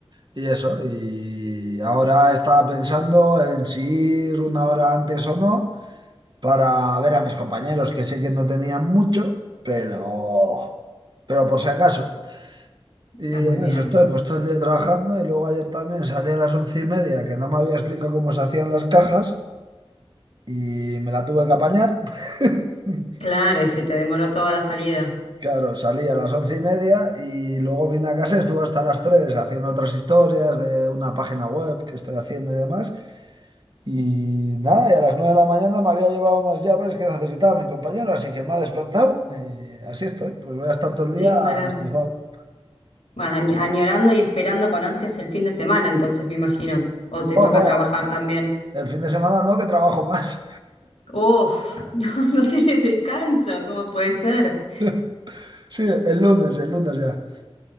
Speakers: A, on the right; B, on the left.
A: y eso, y ahora estaba pensando en si ir una hora antes o no para ver a mis compañeros que sé que no tenían mucho, pero, pero por si acaso. Y
B: Está muy
A: en
B: bien.
A: eso estoy, pues todo el día trabajando y luego ayer también salí a las once y media que no me había explicado cómo se hacían las cajas y me la tuve que apañar. <laughs>
B: Claro, y se te demoró toda la salida,
A: Claro, salí a las once y media y luego vine a casa, estuve hasta las tres haciendo otras historias de una página web que estoy haciendo y demás. Y nada, y a las nueve de la mañana me había llevado unas llaves que necesitaba mi compañero, así que me ha despertado y así estoy. Pues voy a estar todo el
B: sin
A: día
B: parar.
A: destrozado.
B: Vas añ- añorando y esperando con ansias el fin de semana, entonces me imagino. O te
A: Buah,
B: toca
A: buah,
B: trabajar
A: el
B: también.
A: el fin de semana no, que trabajo más.
B: Uf, <laughs> no, no tienes descanso, ¿cómo puede ser?
A: <laughs> Sí, el lunes, el lunes ya.